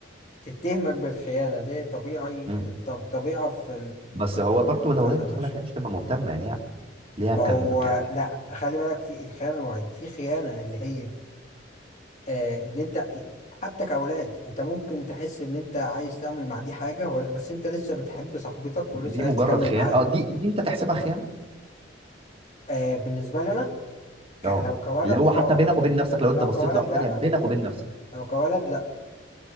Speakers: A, on the left; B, on the right.
A: تتهمك بالخيانة دي طبيعي
B: مم.
A: طب طبيعة في
B: بس هو برضه لو
A: العقل
B: هي بتخونك
A: البشري
B: هي مش تبقى مهتمه يعني هي- ليها
A: ما
B: كان
A: هو
B: كان
A: لا خلي بالك في الخيانة نوعين في خيانة اللي هي آه ان انت حتى كأولاد انت ممكن تحس ان انت عايز تعمل مع دي حاجة ولا بس انت لسه بتحب صاحبتك
B: دي
A: ولسه عايز
B: مجرد
A: تكمل
B: خيانه
A: معاها
B: اه دي دي انت تحسبها خيانه
A: آه بالنسبة لي انا ك...
B: اه
A: لو كولد
B: اللي هو
A: اه
B: حتى بينك وبين نفسك لو انت
A: لو
B: بصيت
A: كولد
B: لواحده
A: لا
B: تانيه بينك
A: لو ك...
B: وبين نفسك
A: لو كولد لا